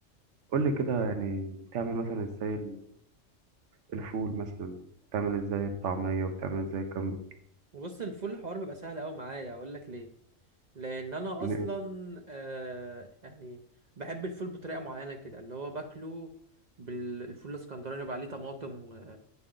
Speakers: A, on the right; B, on the right.
A: قول لي كده يعني بتعمل مثلا ازاي الفول مثلا بتعمل ازاي الطعمية بتعمل ازاي كام
B: بص الفول الحوار بيبقى سهل قوي معايا اقول لك ليه لان انا
A: بتجنيه
B: اصلا آه يعني بحب الفول بطريقه معينه كده اللي هو باكله بالفول الاسكندراني يبقى عليه طماطم و-